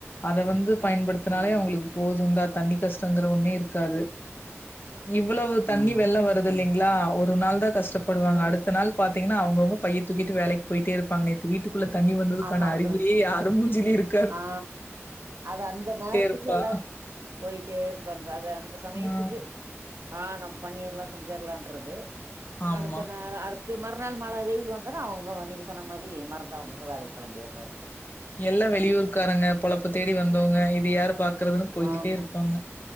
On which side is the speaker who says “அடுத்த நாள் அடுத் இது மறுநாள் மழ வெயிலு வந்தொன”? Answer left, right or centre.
Right